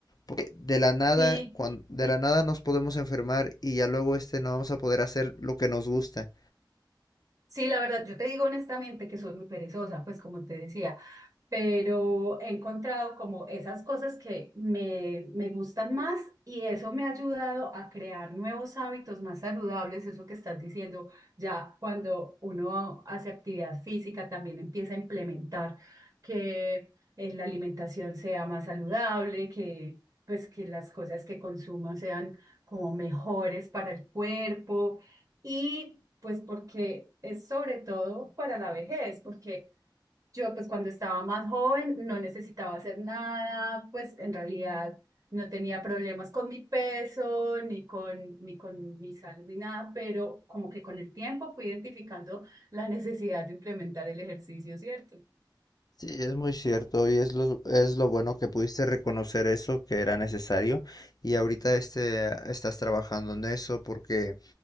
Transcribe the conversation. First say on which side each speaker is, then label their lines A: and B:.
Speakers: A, on the left; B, on the right.
A: porque de la nada,
B: Sí,
A: cuan- de la nada nos podemos enfermar y ya luego este no vamos a poder hacer lo que nos gusta.
B: Sí, la verdad, yo te digo honestamente que soy muy perezosa, pues como te decía, pero he encontrado como esas cosas que me, me gustan más y eso me ha ayudado a crear nuevos hábitos más saludables, eso que estás diciendo, ya cuando uno hace actividad física también empieza a implementar que eh, la alimentación sea más saludable, que pues que las cosas que consumo sean como mejores para el cuerpo y pues porque es sobre todo para la vejez, porque yo pues cuando estaba más joven no necesitaba hacer nada, pues en realidad no tenía problemas con mi peso, ni con, ni con mi salud, ni nada, pero como que con el tiempo fui identificando la necesidad de implementar el ejercicio, ¿cierto?
A: Sí, es muy cierto y es lo, es lo bueno que pudiste reconocer eso que era necesario y ahorita este estás trabajando en eso porque